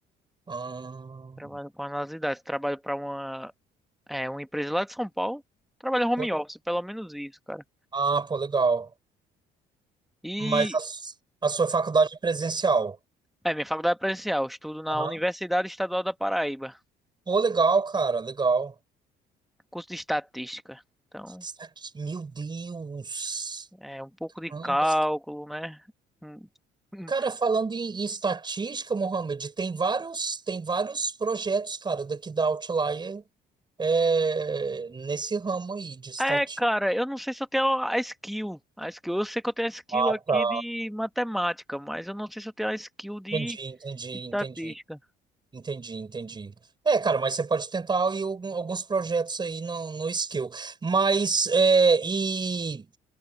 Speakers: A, on the right (about 25°); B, in the centre.
A: Ah,
B: Trabalho com análise de dados, trabalho pra uma, é, uma empresa lá de São Paulo. Trabalho home
A: pô,
B: office, pelo menos isso, cara.
A: ah, pô, legal.
B: E
A: Mas a, su- a sua faculdade é presencial?
B: é minha faculdade é presencial, eu estudo na
A: Aham.
B: Universidade Estadual da Paraíba,
A: Pô, legal, cara, legal.
B: curso de estatística. Então,
A: Está aqui, meu Deus.
B: é um pouco de
A: Caramba,
B: cálculo, né? Hum, hum.
A: Cara, falando em, em estatística, Mohamed, tem vários, tem vários projetos, cara, daqui da Outlier é, nesse ramo aí de estatística.
B: É, cara, eu não sei se eu tenho a skill. A skill, eu sei que eu tenho a skill
A: Ah,
B: aqui
A: tá.
B: de matemática, mas eu não sei se eu tenho a skill de
A: Entendi, entendi,
B: estatística.
A: entendi, entendi, entendi. É, cara, mas você pode tentar aí algum- alguns projetos aí no, no Skill. Mas, é, e.